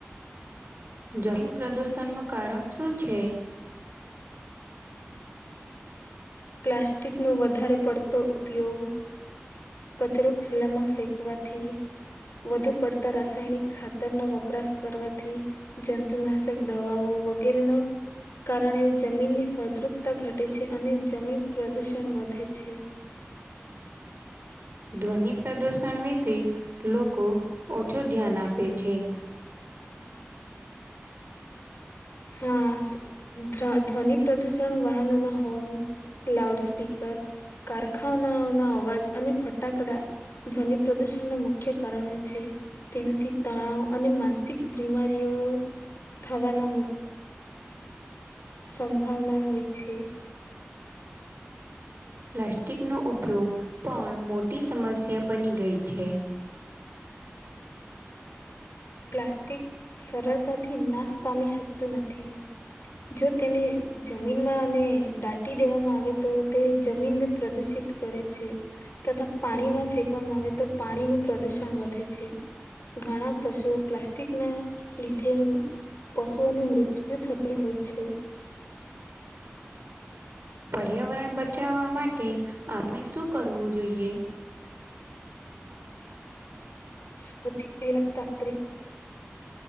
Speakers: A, on the right (about 55°); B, on the left (about 60°).
A: જમીન પ્રદુષણ નું કારણ શું છે?
B: પ્લાસ્ટિકનો વધારે પડતો ઉપયોગ કચરો ખુલ્લા માં ફેંકવાથી વધુ પડતા રાસાયણિક ખાતરનો વપરાશ કરવાથી જંતુનાશક દવાઓ વગેરેનો કારણે જમીનની ફળદ્રુપતા ઘટે છે અને જમીન પ્રદૂષણ વધે છે.
A: ધ્વનિ પ્રદુષણ વિશે લોકો ઓછુ ધ્યાન આપે છે.
B: હા <unintelligible> ધ્વનિ પ્રદૂષણ વાહનના હોન, લાઉડ સ્પીકર કારખાનાઓ ના અવાજ અને ફટાકડા ધ્વનિ પ્રદુષણના મુખ્ય કારણો છે. તેનાથી તણાવ અને માનસિક બીમારીઓ થવાના મુખ સંભાવના હોય છે.
A: પ્લાસ્ટિકનો ઉપયોગ પણ મોટી સમસ્યા બની ગઈ છે.
B: પ્લાસ્ટિક સરળતાથી નાશ પામી શકતું નથી. જો તેને જમીનમાં અને દાટી દેવામાં આવે તો તે જમીનને પ્રદુષિત કરે છે. તથા પાણીમાં ફેંકવામાં આવે તો પાણીનું પ્રદુષણ વધે છે. ઘણા પશુઓ પ્લાસ્ટિકના લીધે પશુઓની મૃત્યુ થતી હોય છે.
A: પર્યાવરણ બચાવવા માટે આપણે શું કરવું જોઈએ?
B: સૌથી પહેલા તો આપણેે